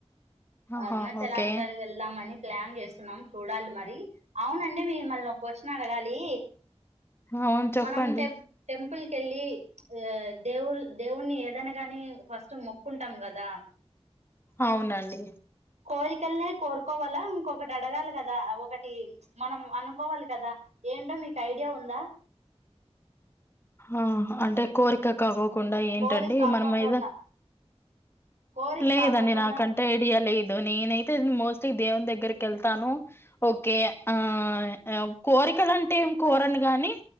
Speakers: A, on the left (about 20°); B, on the right (about 85°).
A: ఆహా
B: అరుణాచల
A: ఓకే
B: కని వెల్దా మనీ ప్లాన్ చేస్తున్నాం చూడాలి మరి అవునండి మిమ్మల్ని ఒక క్వశ్చన్ అడగాలి
A: అవును చెప్పండి
B: మనం టె టెంపుల్ కెళ్ళి ఆ దేవు దేవుని ఏదైనా గాని ఫస్ట్ మొక్కుంటాం కదా
A: అవునండి
B: కోరికల్నే కోరుకోవాలా ఇంకొకటి అడగాలి కదా ఒకటి మనం అనుకోవాలి కదా ఏంటో మీకు ఐడి ఐడియా ఉందా
A: ఆ అంటే కోరిక కాగోకుండా ఏంటండి
B: కోరిక కాకోకుండా
A: మనం ఏద
B: కోరిక
A: లేదండి
B: కాకోకుండా
A: నాకు అంటే ఐడియా లేదు నేనైతే మోస్టలీ దేవుని దగ్గరకి వెళ్తాను ఓకే ఆ కోర్ కోరికలు అంటే ఏం కోరను గాని